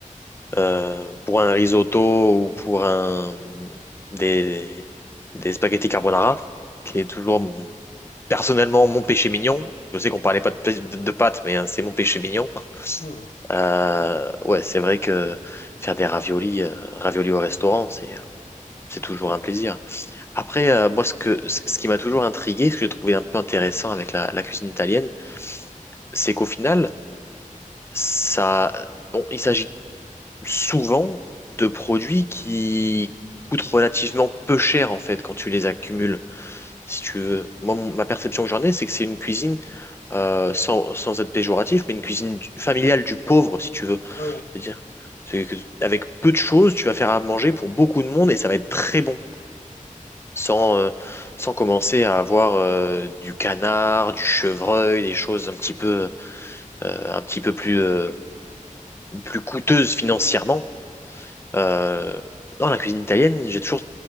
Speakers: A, on the left; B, on the left.
A: euh, pour un risotto ou pour un, des, des spaghettis carbonara, qui est toujours mon- personnellement mon péché mignon. Je sais qu'on parlait pas de, pê- de, de pâtes, mais hein, c'est mon péché mignon.
B: Mmh.
A: Euh, ouais, c'est vrai que faire des raviolis, euh, raviolis au restaurant, c'est c'est toujours un plaisir. Après, euh, moi, ce que ce ce qui m'a toujours intrigué, ce que j'ai trouvé un peu intéressant avec la, la cuisine italienne, c'est qu'au final, ça, on- il s'agit souvent de produits qui coûtent relativement peu cher en fait quand tu les accumules, si tu veux. Moi, mon- ma perception que j'en ai, c'est que c'est une cuisine euh, sans, sans être péjoratif, mais une cuisine du- familiale du pauvre, si tu veux.
B: Ouais, ouais.
A: C'est-à-dire c'est que avec peu de choses, tu vas faire à manger pour beaucoup de monde et ça va être très bon. Sans, euh, sans commencer à avoir euh, du canard, du chevreuil, des choses un petit peu, euh, un petit peu plus, euh, plus coûteuses financièrement Euh, dans la cuisine italienne, j'ai toujours